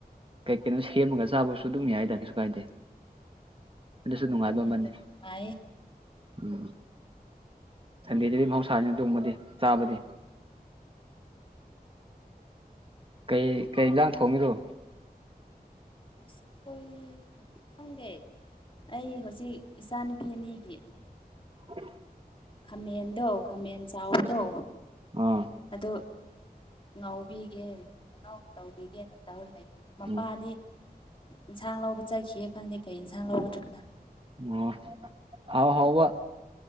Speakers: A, on the right; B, on the left.
A: ꯀꯩ ꯀꯩꯅꯣ ꯁꯦꯝꯃꯒ ꯆꯥꯕꯁꯨ ꯑꯗꯨꯝ ꯌꯥꯏꯗ ꯀꯩꯁꯨ ꯀꯥꯏꯗꯦ ꯑꯗꯨꯁꯨ ꯅꯨꯡꯉꯥꯏꯕ
B: ꯑꯗꯨꯅ
A: ꯑꯃꯅꯤ
B: ꯍꯦꯟꯅ ꯅꯨꯡꯉꯥꯏꯌꯦ
A: ꯎꯝ ꯁꯟꯗꯦꯗꯨꯗꯤ ꯃꯍꯧꯁꯥꯁꯤꯅ ꯇꯣꯡꯕꯗꯤ ꯆꯥꯕꯗꯤ ꯀꯩ ꯀꯩ ꯏ ꯂꯥꯡ ꯊꯣꯡꯉꯔꯣ
B: ꯑꯁ ꯑꯩꯈꯣꯏ ꯈꯪꯗꯦ ꯑꯩ ꯍꯧꯖꯤꯛ ꯏꯆꯥꯅꯨꯄꯤ ꯑꯅꯤꯒꯤ
A: ꯎ
B: ꯈꯥꯃꯦꯟꯗꯣ ꯈꯥꯃꯦꯟ ꯆꯥꯎꯗꯣ
A: ꯑ
B: ꯑꯗꯨ ꯉꯥꯎꯕꯤꯒꯦ ꯀꯩꯅꯧ ꯇꯧꯕꯤꯒꯦꯅ ꯇ ꯂꯩ ꯃꯄꯥꯗꯤ
A: ꯎꯝ
B: ꯏꯟꯁꯥꯡ ꯂꯧꯕ ꯆꯠꯈꯤꯑ ꯈꯪꯗꯦ ꯀꯩ ꯏꯟꯁꯥꯡ ꯂꯧꯒꯗꯒꯗ
A: ꯑꯣ ꯑꯥꯎ ꯍꯥꯎ ꯋꯥ